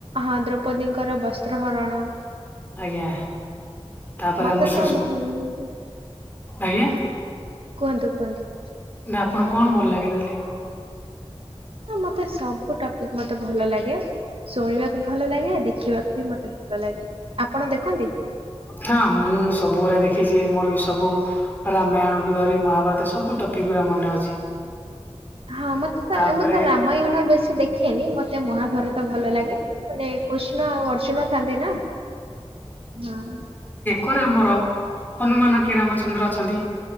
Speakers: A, on the right (about 60°); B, on the left (about 15°).
A: ହଁ ଦ୍ରୌପତିଙ୍କର ବସ୍ତ୍ର ହରଣ।
B: ଆଜ୍ଞା ତାପରେ
A: ମତେ
B: ଆମର ସୁଷ୍ଟି
A: ତ ଭଲ ଲାଗେ
B: ଆଜ୍ଞା।
A: କୁହନ୍ତୁ କୁହନ୍ତୁ।
B: ନା ଆପୁଣୁଙ୍କୁ କଣ ଭଲ୍ ଲାଗେ ତାହେଲେ।
A: ହଁ ମତେ ସବୁ ଟପିକ୍ ମତେ ଭଲ ଲାଗେ ଶୁଣିବାକୁ ଭଲ ଲାଗେ ଦେଖିବାକୁ ବି ମତେ ଭଲ ଲାଗେ ଆପଣ ଦେଖନ୍ତି।
B: ହଁ ମୁଁ ସବୁଗୁରା ଦେଖିଛି ମୋର ବି ସବୁ ରାମାୟଣଠୁ ଧରି ମହାଭାରତ ସବୁ ଟକିକ୍ ଗୁରା ମନେ ଅଛି।
A: ହଁ ମତେ ତ
B: ତାପରେ
A: ଏମେତ ରାମାୟଣ ବେଶୀ ଦେଖେନି ମତେ ମହାଭାରତ ଭଲ ଲାଗେ। ମାନେ କୃଷ୍ଣ ଆଉ ଅର୍ଜୁନ ଥାନ୍ତି ନା ନାଇଁ।
B: କରାମର ହନୁମାନ କି ରାମଚନ୍ଦ୍ର ଅଛନ୍ତି।